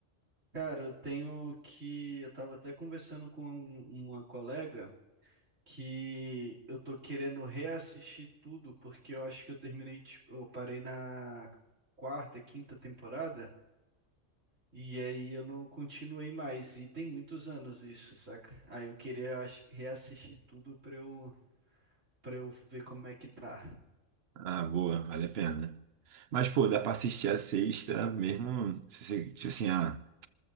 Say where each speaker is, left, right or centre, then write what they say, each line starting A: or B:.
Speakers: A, on the right; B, on the right.
A: Cara, eu tenho que... Eu tava até conversando com um, uma colega... que eu tô querendo reassistir tudo, porque eu acho que eu terminei, tipo, eu parei na quarta, quinta temporada, e aí eu não continuei mais, e tem muitos anos isso, saca? Aí eu queria eu acho, reassistir tudo pra eu, pra eu ver como é que tá.
B: Ah, boa, vale a pena. Mas, pô, dá pra assistir a sexta mesmo, se você, tipo assim, ah.